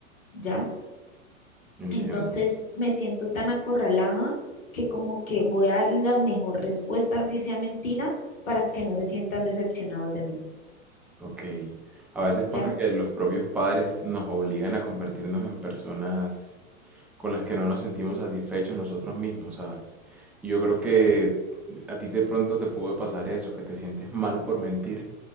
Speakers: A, on the left; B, in the centre.
A: ¿ya?
B: Entiendo.
A: Entonces me siento tan acorralada que como que voy a dar la mejor respuesta, si sea mentira, para que no se sientan decepcionados de mí,
B: Ok. A veces
A: ¿ya?
B: pasa que los propios padres nos obligan a convertirnos en personas con las que no nos sentimos satisfechos nosotros mismos, ¿sabes? Y yo creo que
A: De,
B: a ti de pronto te puede pasar eso, que te sientes mal por mentir,